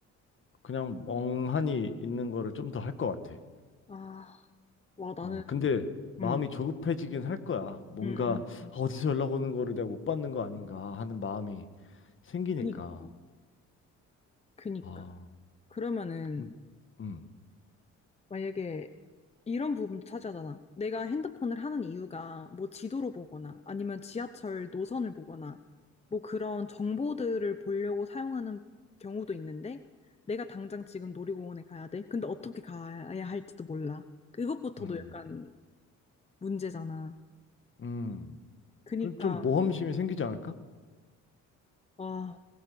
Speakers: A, on the left (about 40°); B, on the left (about 20°).
A: 그냥 멍하니 있는 거를 좀 더 할 것 같아.
B: 아, 와 나는
A: 어, 근데 마음이
B: 음,
A: 조급해지긴 할 거야. 뭔가
B: 음, 음.
A: 아, 어디서 연락 오는 거를 내가 못 받는 거 아닌가 하는 마음이 생기니까.
B: 그니까, 그니까.
A: 아,
B: 그러면은
A: 근- 음,
B: 만약에 이런 부분도 차지하잖아. 내가 핸드폰을 하는 이유가 뭐 지도로 보거나 아니면 지하철 노선을 보거나 뭐 그런 정보들을 보려고 사용하는 경우도 있는데 내가 당장 지금 놀이공원에 가야 돼. 근데 어떻게 가야 할지도 몰라. 그것부터도
A: 음,
B: 약간 문제잖아.
A: 음.
B: 그니까,
A: 그럼 좀 모험심이 생기지 않을까?
B: 와,